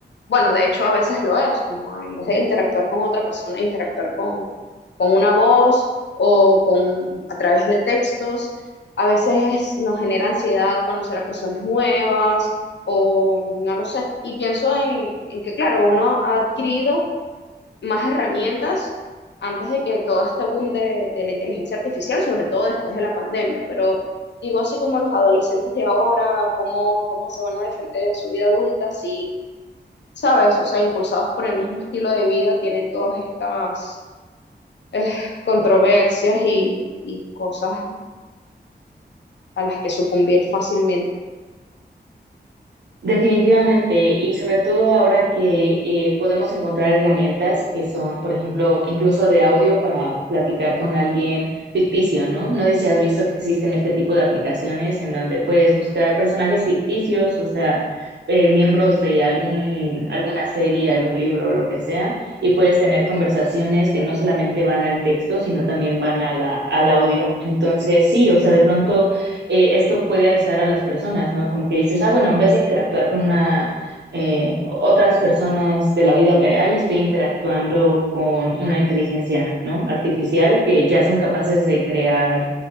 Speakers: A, on the left (about 80°); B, on the right (about 80°).
A: Bueno, de hecho a veces lo es, como en vez de interactuar con otra persona, interactuar con, con una voz o con a través de textos. A veces nos genera ansiedad conocer a personas nuevas o no lo sé. Y pienso en, en que, claro, uno ha adquirido más herramientas antes de que todo este boom de, de la inteligencia artificial, sobre todo después de la pandemia. Pero digo, así como los adolescentes de ahora, cómo, cómo se van a defender en su vida adulta si ¿sabes? O sea, impulsados por el mismo estilo de vida, tienen todas estas eh, controversias y, y cosas a las que sucumbir fácilmente.
B: Definitivamente, y sobre todo ahora que eh, podemos encontrar herramientas que son, por ejemplo, incluso de audio para platicar con alguien ficticio, ¿no? No sé si has visto que existen este tipo de aplicaciones en donde puedes buscar personajes ficticios, o sea, eh, miembros de algún, alguna serie, algún libro, lo que sea, y puedes tener conversaciones que no solamente van al texto, sino también van a la- al audio. Entonces, sí, o sea, de pronto eh, esto puede aislar a las personas, ¿no? Como que dices, ah, bueno, en vez de interactuar con una, eh, otras personas de la vida real, estoy interactuando con una inteligencia, ¿no? Artificial que ya son capaces de crear,